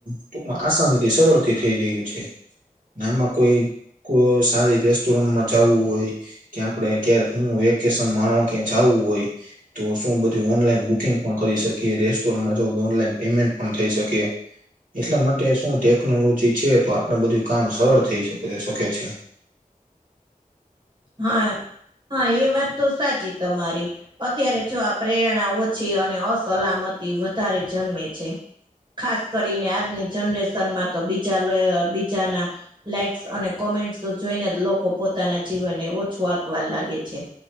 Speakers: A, on the right; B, on the right.
A: ટૂકમાં આસાનીથી સરળથી થઈ રહ્યું છે. ના આમાં કોઈ સારી રેસ્ટોરન્ટમાં જવું હોય. કે આપડે ક હું વેકેશન માણવા ક્યા જાવવું હોય. તો શું બધું ઓનલાઈન બુકિંગ પણ કરી શકીએ રેસ્ટોરન્ટમાં જઉું તો ઓનલાઈન પેમેન્ટ પણ થઇ શકી. એટલા માટે શું ટેકનોલોજી છે તો આપડ બધું કામ સરળ થઈકે શકે છે.
B: હા હા એ વાત તો સાચી તમારી અત્યારે જો આ પ્રેરણા ઓછી અને અસલામતી વધારે જન્મે છે. ખાસ કરીને આજની જનરેશન માં તો બીજા બીજાના. લાઈક્સ અને કોમેન્ટ્સ જોઈને જ લોકો પોતાના જીવનને ઓછું આકવા લાગે છે.